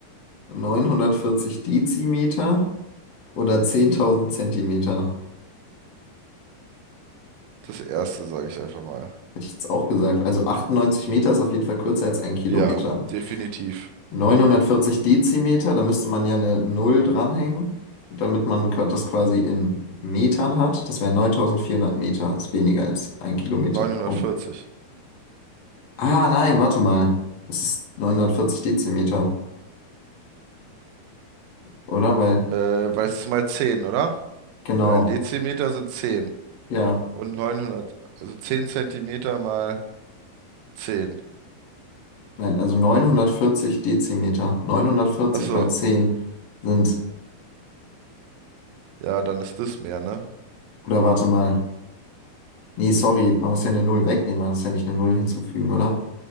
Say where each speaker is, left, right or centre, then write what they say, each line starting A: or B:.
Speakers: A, on the left; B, on the right.
A: neunhundertvierzig Dezimeter oder zehntausend Zentimeter?
B: das erste, sage ich einfach mal.
A: Hätte ich jetzt auch gesagt. Also achtundneunzig Meter ist auf jeden Fall kürzer als ein Kilometer.
B: Ja, definitiv.
A: 940 Dezimeter, da müsste man ja eine Null dranhängen, damit man qua- das quasi in Metern hat. Das wären 9400 Meter, ist weniger als ein Kilometer.
B: neunhundertvierzig
A: Ob- ah, nein, warte mal. Es ist 940 Dezimeter, oder? Weil,
B: Äh, weil es ist mal zehn oder?
A: genau,
B: Weil ein Dezimeter sind zehn
A: ja,
B: Und neunhundert also 10 Zentimeter mal zehn
A: nein, also 940 Dezimeter. 940
B: Ach so,
A: mal 10 sind,
B: ja, dann ist das mehr, ne?
A: oder warte mal. Nee, sorry, man muss ja eine Null wegnehmen, man muss ja nicht eine Null hinzufügen, oder?